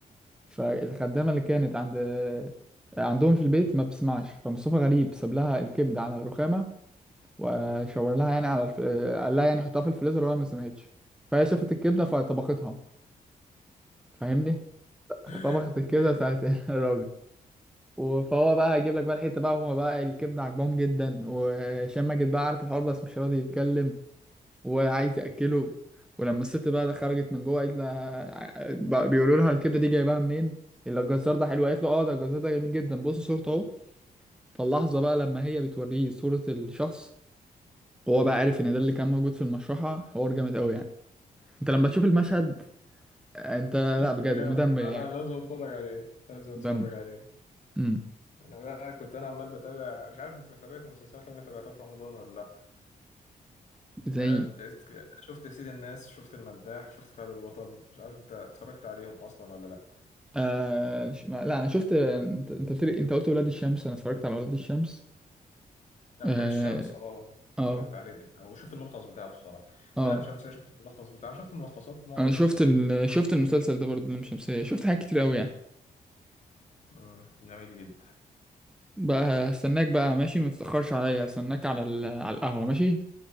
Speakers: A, in the centre; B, on the left.
A: فالخدامه اللي كانت عند آه، عندهم في البيت ما بتسمعش فمصطفى غريب ساب لها الكبده على الرخامه وشاور لها يعني على الف... آه، قال لها يعني حطها في الفريزر وهي ما سمعتش فهي شافت الكبده فطبختها فاهمني
B: <laughs>
A: طبخت الكبده بتاعت <laughs> الراجل و- فهو بقى هيجيب لك بقى الحته بقى هما بقى الكبده عاجبهم جدا وهشام ماجد بقى عارف الحوار بس مش راضي يتكلم وعايز ياكله ولما الست بقى ده خرجت من جوه قالت لها بقى بيقولوا لها الكبده دي جايباها منين اللي الجزار ده حلو قالت له اه ده الجزار ده جميل جدا بص صورته اهو فاللحظه بقى لما هي بتوريه صوره الشخص هو بقى عارف ان ده اللي كان موجود في المشرحه حوار جامد قوي يعني انت لما تشوف المشهد انت لا بجد
B: جامد
A: مدمر
B: لا
A: يعني
B: لا لازم اتفرج عليه لازم اتفرج
A: مدمر
B: عليه
A: امم
B: انا بقى كنت انا عمال بتابع مش عارف انت تابعت المسلسلات اللي انا تابعتها في رمضان ولا لا
A: زي
B: أه، ت- ت- شفت سيد الناس شفت المداح شفت فهد البطل مش عارف انت اتفرجت عليهم اصلا ولا لا
A: آه ش- ما- لا انا شفت انت انت قلت لي انت قلت ولاد الشمس انا اتفرجت على ولاد الشمس
B: اولاد
A: اه
B: الشمس اه
A: اه,
B: اتفرجت عليه وشفت الملخص بتاعه الصراحه
A: آه.
B: ولام شمسية شفت الملخص بتاعه شفت ملخصات معظم
A: انا شفت
B: المسلسلات
A: ال... شفت المسلسل ده برضه لام شمسية شفت حاجات كتير قوي يعني
B: مم، جميل جدا
A: بقى هستناك بقى ماشي ما تتأخرش عليا هستناك على ال... على القهوة ماشي